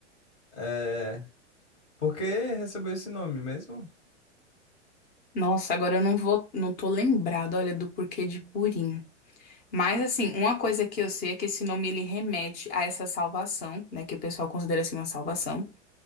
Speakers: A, on the left; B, on the left.
A: É. Por que recebeu esse nome mesmo?
B: Nossa, agora eu não vou, não tô lembrado, olha, do porquê de Purim. Mas assim, uma coisa que eu sei é que esse nome ele remete a essa salvação, né? Que o pessoal considera assim uma salvação.